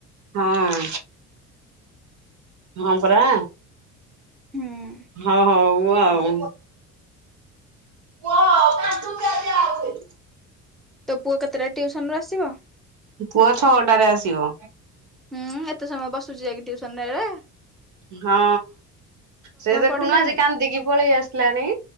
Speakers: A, on the right (about 55°); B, in the centre.
A: ହଁ! ହଁ ପରା!
B: ହୁଁ
A: ହଉ ହଉ ଆଉ! ଓହୋ!
B: ତୋ ପୁଅ କେତେଟା ଟିଉସନ ରୁ ଆସିବ?
A: ପୁଅ ଛଅଟାରେ ଆସିବ।
B: ହୁଁ ଏତେ ସମୟ ବସୁଛି ଯାଇକି ଟୁସନଟାରେ।
A: ହଁ ସେ ଦେଖୁନୁ
B: ପଢିଲାଣି?
A: ଆଜି କାନ୍ଦିକି ପଳେଇ ଆସିଲାଣି।